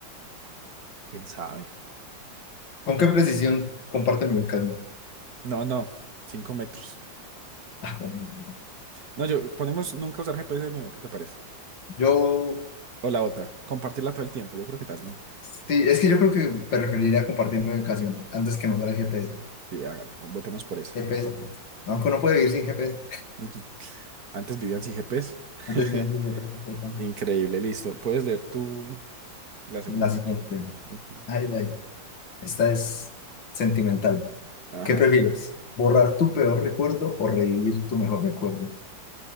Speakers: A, on the right; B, on the left.
A: ¿Quién sabe?
B: ¿Con qué precisión comparten mi ubicación?
A: No, no, cinco metros.
B: Ah, bueno,
A: No, yo ponemos nunca usar GPS de nuevo, ¿qué te parece?
B: yo,
A: O la otra, compartirla todo el tiempo, yo creo que también.
B: sí, es que yo creo que preferiría compartir mi ubicación antes que no usar el GPS.
A: Sí, hágale, o votemos por esa.
B: GPS, no, aunque uno puede vivir sin GPS.
A: Ujú. Antes vivían sin GPS. <laughs>
B: Entonces, bien, yo- yo- yo-
A: Increíble, listo. Puedes leer tú la segunda.
B: la siguiente.
A: Ujú.
B: Ay, ay, esta es sentimental.
A: Ajá.
B: ¿Qué prefieres? ¿Borrar tu peor recuerdo o revivir tu mejor recuerdo?